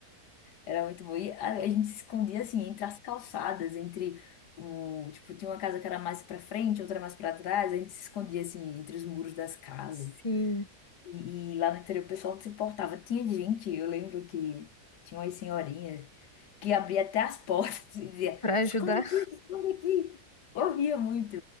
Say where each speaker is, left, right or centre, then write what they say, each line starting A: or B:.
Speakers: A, on the left; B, on the left.
A: Era muito bom. E a, a gente se escondia, assim, entre as calçadas, entre o... Tipo, tinha uma casa que era mais pra frente, outra mais pra trás. A gente se escondia, assim, entre os muros das casas.
B: Sim.
A: E, e lá no interior o pessoal não se importava. Tinha gente, eu lembro que tinha umas senhorinhas que abria até as portas <laughs> e dizia,
B: Pra ajudar?
A: esconde aqui, esconde aqui. Eu ria muito.